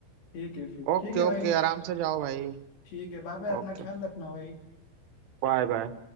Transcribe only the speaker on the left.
ठीक है फिर
ठीक है
भाई
ठीक है बाय बाय अपना
ख्याल रखना भाई